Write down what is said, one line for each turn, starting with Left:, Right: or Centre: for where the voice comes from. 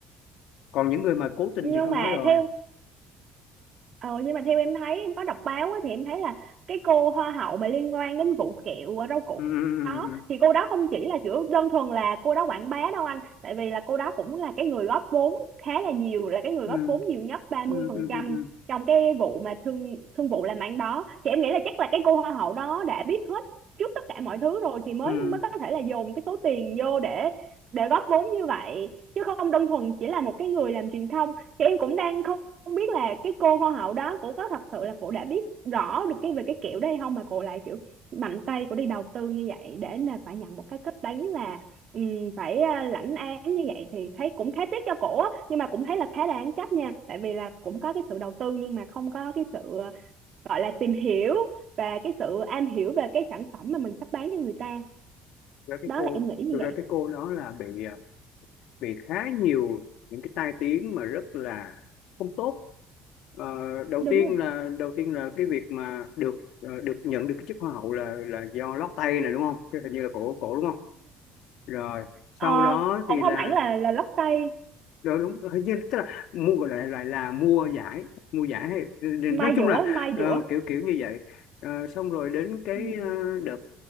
Left: còn những người mà cố tình
Right: nhưng
Left: thì con
Right: mà
Left: nói rồi
Right: theo Ờ nhưng mà theo em thấy em có đọc báo á, thì em thấy là cái cô hoa hậu mà liên quan đến vụ kẹo ờ, rau củ
Left: ừ
Right: đó
Left: ừ
Right: thì cô đó không chỉ là kiểu đơn thuần là cô đó quảng bá đâu anh tại vì là cô đó cũng là cái người góp vốn khá là nhiều là cái người
Left: ừ
Right: góp vốn nhiều nhất ba mươi
Left: ừ
Right: phần
Left: ừ
Right: trăm
Left: ừ ừ ừ
Right: trong cái vụ mà thương thương vụ làm ăn đó thì em nghĩ là chắc là cái cô hoa hậu đó đã biết hết trước tất cả mọi thứ rồi thì mới
Left: ừ.
Right: mới có thể là dồn cái số tiền vô để để góp vốn như vậy chứ không đơn thuần chỉ là một cái người làm truyền thông thì em cũng đang không không biết là cái cô hoa hậu đó cổ có thật sự là cổ đã biết rõ được cái về cái kiểu đó hay không mà cổ lại kiểu mạnh tay cổ đi đầu tư như vậy để là phải nhận một cái kết đánh là ừm, phải à, lãnh án như vậy thì thấy cũng khá tiếc cho cổ á nhưng mà cũng thấy là khá đáng trách nha tại vì là cũng có cái sự đầu tư nhưng mà không có cái sự gọi là tìm hiểu và cái sự am hiểu về cái sản phẩm mà mình sắp bán cho người ta
Left: Thực ra cái
Right: đó
Left: cô
Right: là em nghĩ như
Left: thực
Right: vậy
Left: ra cái cô đó là bị à, bị khá nhiều những cái tai tiếng mà rất là không tốt Ờ, đầu
Right: đúng
Left: tiên
Right: rồi
Left: là đầu tiên là cái việc mà được ờ, được nhận được cái chức hoa hậu là là do lót tay này đúng không? Cái hình như là cổ cổ đúng không? Rồi sau
Right: ờ,
Left: đó
Right: cũng
Left: thì
Right: không
Left: là
Right: hẳn là là lót tay
Left: đó đúng hình như tức là mua gọi là loại là mua giải mua giải hay
Right: mai
Left: nói chung
Right: dũa
Left: là
Right: mai dũa
Left: ờ, kiểu kiểu như vậy Ờ, xong rồi đến cái
Right: ừ ừ
Left: ờ, đợt